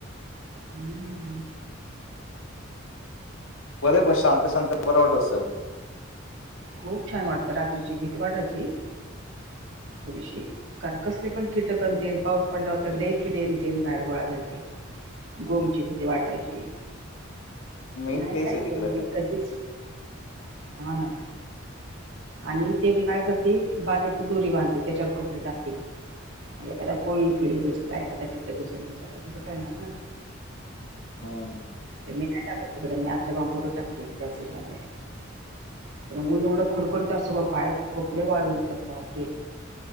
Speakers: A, on the right; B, on the left.
A: हम्म
B: बरे पण शांत शांत बरं वाटत सग.
A: खूप छान वाटतं रात्रीची भीितवाटाची थोडीशी. कार कसले पण कीटकनतेन पाऊस पडल्यावरर लई किडे यते बाहेर गोळा घलते. गोमची भीती वाटायची
B: मेन
A: नाही
B: तेच
A: काय
B: आहे तिकडे
A: ते म्हणजे कधीच. हा ना. आणि ते काय करते बागेत दोरी बांधते त्याच्यावर कपडे टाकते. एखादा कोळी फिळी घुसला एखादा किट घुसून घसला तर तसं कळणार ना.
B: हम्म.
A: मी नाही टाकत तकड मी आल्या बांबवर टाते त्या सिधल्या. रंगून रंगडं खडकडत असो कां काय कपडे वाळून देतात वापरे.